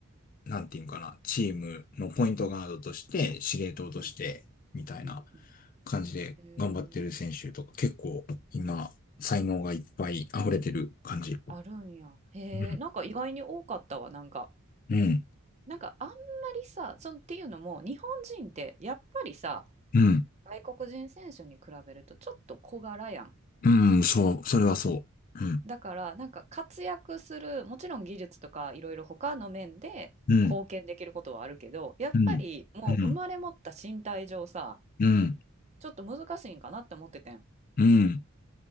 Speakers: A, on the left; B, on the right.
A: なんていうんかな、チームのポイントガードとして、司令塔として、
B: うん、
A: みたいな
B: うん、うん。
A: 感じで頑張ってる選手とか、
B: へえ、
A: 結構今、才能がいっぱい溢れてる感じ。
B: あるんや。へえ、
A: うん。
B: なんか意外に多かったわ、なんか。
A: うん。
B: なんかあんまりさ、そんっていうのも、日本人ってやっぱりさ、
A: うん。
B: 外国人選手に比べるとちょっと小柄やん。
A: うん。そう。それはそう。うん。
B: だからなんか活躍するもちろん技術とかいろいろ他の面で貢献できることはあるけどやっぱりもう生まれ持った身体上さ
A: うん。うん。うん。うん。
B: ちょっと難しいんかなって思っててん
A: うん。